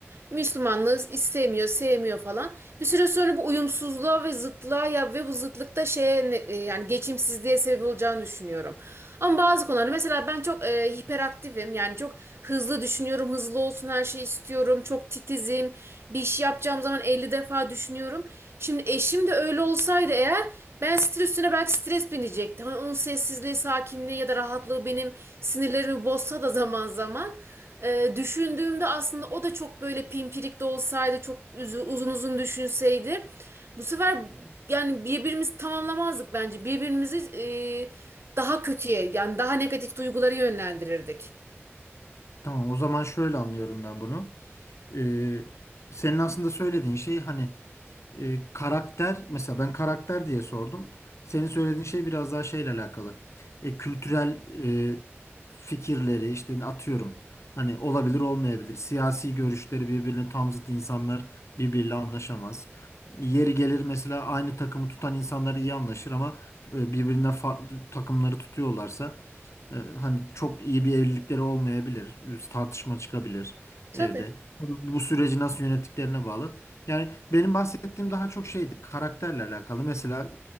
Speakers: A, on the right (about 60°); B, on the left (about 80°).
A: Müslümanlığı istemiyor, sevmiyor falan. Bir süre sonra bu uyumsuzluğa ve zıtlığa ya ve bu zıtlıkta şeye ne- e, yani geçimsizliğe sebep olacağını düşünüyorum. Ama bazı konularda mesela ben çok e, hiperaktifim. Yani çok hızlı düşünüyorum, hızlı olsun her şeyi istiyorum. Çok titizim. Bir iş yapacağım zaman 50 defa düşünüyorum. Şimdi eşim de öyle olsaydı eğer ben stres üstüne belki stres binecekti. Hani onun sessizliği, sakinliği ya da rahatlığı benim sinirlerimi bozsa da zaman zaman. E, düşündüğümde aslında o da çok böyle pimpirik de olsaydı, çok üzü- uzun uzun düşünseydi. Bu sefer yani birbirimizi tamamlamazdık bence. Birbirimizi e, daha kötüye yani daha negatif duyguları yönlendirirdik.
B: Tamam o zaman şöyle anlıyorum ben bunu. Ee, senin aslında söylediğin şey hani e, karakter mesela ben karakter diye sordum. Senin söylediğin şey biraz daha şeyle alakalı. E, kültürel e, fikirleri işte atıyorum. Hani olabilir olmayabilir. Siyasi görüşleri birbirine tam zıt insanlar birbiriyle anlaşamaz. Yeri gelir mesela aynı takımı tutan insanlar iyi anlaşır ama e, birbirinden farklı takımları tutuyorlarsa e, hani çok iyi bir evlilikleri olmayabilir. Tartışma çıkabilir
A: Tabii.
B: evde. Tabii Bu süreci nasıl yönettiklerine bağlı. Yani benim bahsettiğim daha çok şeydi karakterle alakalı. Mesela